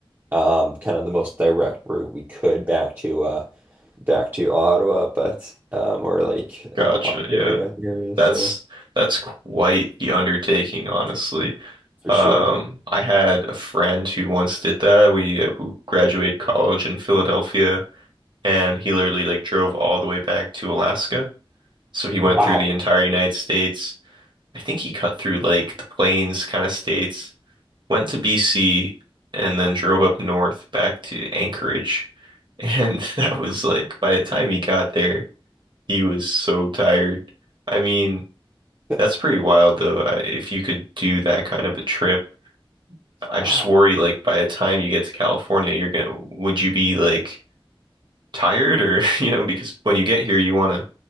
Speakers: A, on the right; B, on the right.
A: um, kind of the most direct route we could back to uh, back to Ottawa, but um, or like
B: Gotcha.
A: uh, Ontario
B: Yeah.
A: area.
B: That's
A: So
B: that's quite the undertaking, honestly.
A: for
B: Um,
A: sure.
B: I had a friend who once did that. We who graduated college in Philadelphia, and he literally like drove all the way back to Alaska. So he went
A: Wow.
B: through the entire United States I think he cut through like the plains kind of states, went to BC, and then drove up north back to Anchorage. And <laughs> that was like, by the time he got there, he was so tired. I mean,
A: That-
B: that's pretty wild though. I- If you could do that kind of a trip, I
A: Wow.
B: just worry like by the time you get to California, you're gonna, would you be like tired or <laughs> you know because when you get here you want to